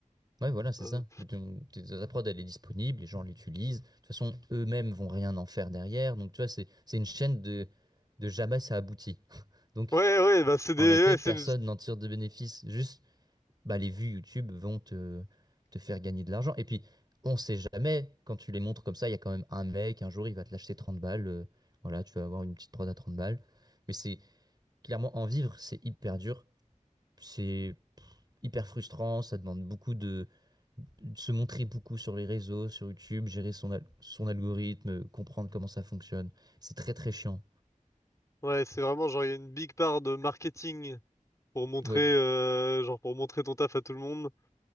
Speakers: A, on the right; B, on the left.
A: Ouais, voilà, c'est
B: euh,
A: ça. Donc, t- Ta prod, elle est disponible, les gens l'utilisent. De toute façon, eux-mêmes vont rien en faire derrière. Donc, tu vois, c'est, c'est une chaîne de, de jamais ça aboutit. <laughs> Donc,
B: ouais ouais bah c'est des
A: en réalité,
B: ouais
A: personne
B: c'est
A: n'en tire de bénéfice. Juste, bah, les vues YouTube vont te, te faire gagner de l'argent. Et puis, on sait jamais, quand tu les montres comme ça, il y a quand même un mec, un jour, il va te lâcher 30 balles. euh, voilà, tu vas avoir une petite prod à 30 balles. Mais c'est clairement, en vivre, c'est hyper dur. C'est hyper frustrant. Ça demande beaucoup de se montrer beaucoup sur les réseaux, sur YouTube, gérer son, al- son algorithme, euh, comprendre comment ça fonctionne. C'est très très chiant.
B: ouais c'est vraiment genre il y a une big part de marketing pour montrer
A: Ouais,
B: euh, genre pour montrer ton taf à tout le monde.